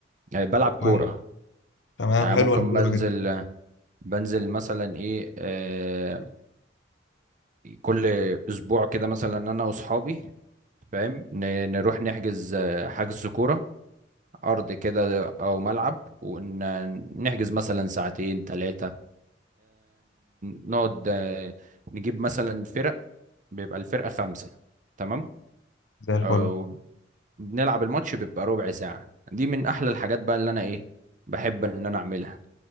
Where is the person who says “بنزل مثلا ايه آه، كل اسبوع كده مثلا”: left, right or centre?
Right